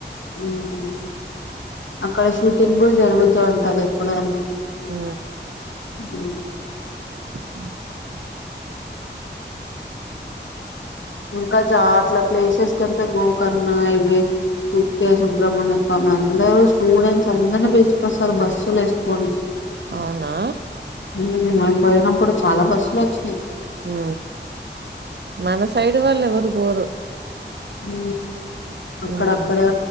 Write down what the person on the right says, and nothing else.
ఉ
ఉ
అవునా
ఉ మన సైడ్ వాళ్ళు ఎవరు పోరు
ఉమ్